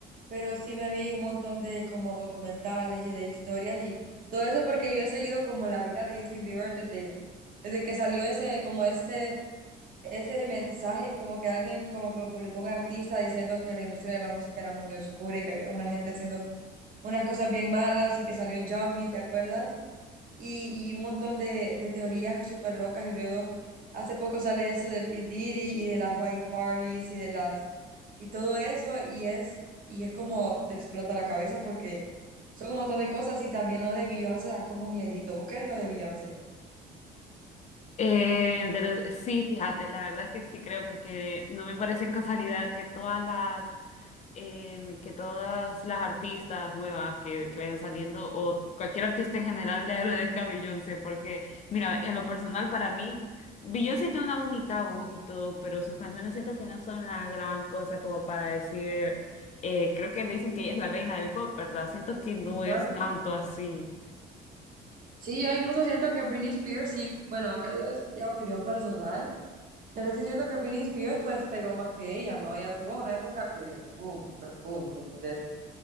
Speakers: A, on the right (about 55°); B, on the left (about 45°).
A: pero sí me vi un montón de como documentales y de historias y todo eso porque yo he seguido como la vida de Justin Bieber desde, desde que salió ese, como ese, ese mensaje, como que alguien como que lo publicó un artista diciendo que la industria de la música era muy oscura y que había una gente haciendo unas cosas bien malas y que salió Yummy, ¿te acuerdas? y, y un montón de, de teorías súper locas. Y luego hace poco sale eso de P. Diddy y de las white parties y de las y todo eso. Y es, y es como te explota la cabeza porque son un montón de cosas. Y también lo de Beyoncé da como miedito. ¿Vos crees lo de Beyoncé?
B: Eh, de lo- sí, fíjate, la verdad es que sí creo porque no me parece casualidad que todas las em, que todas las artistas nuevas que, que vayan saliendo o cualquier artista en general le agradezca a Beyoncé, porque mira, en lo personal para mí, Beyoncé tiene una bonita voz y todo, pero sus canciones siento que no son la gran cosa como para decir, eh, creo que le dicen que ella es la reina del pop, ¿verdad? Siento que no
A: Ujú.
B: es tanto así.
A: Sí, yo incluso siento que Britney Spears, sí, bueno, que eso es ya opinión personal, pero sí siento que Britney Spears pues pegó más que ella, ¿no? Ella tuvo una época que, boom, fue boom, ¿me entendés?